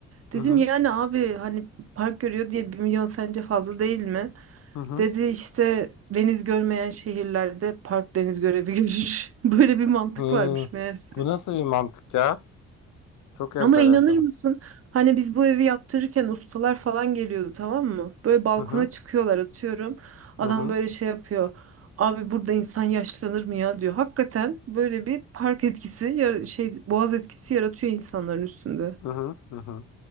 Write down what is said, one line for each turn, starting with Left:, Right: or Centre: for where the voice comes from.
Left: Hı
Right: Dedim
Left: hı.
Right: yani abi hani park görüyor diye bir milyon sence fazla değil mi?
Left: Hı hı.
Right: Dedi işte deniz görmeyen şehirlerde park deniz görevi görür. <laughs> Böyle bir mantık
Left: Hı.
Right: varmış meğerse.
Left: Bu nasıl bir mantık ya? Çok enteresan.
Right: Ama inanır mısın? Hani biz bu evi yaptırırken ustalar falan geliyordu tamam mı? Böyle balkona
Left: Hı hı.
Right: çıkıyorlar atıyorum.
Left: Hı
Right: Adam
Left: hı.
Right: böyle şey yapıyor. Abi burada insan yaşlanır mı ya diyor. Hakikaten böyle bir park etkisi yara- şey boğaz etkisi yaratıyor insanların üstünde.
Left: Hı hı. Hı hı.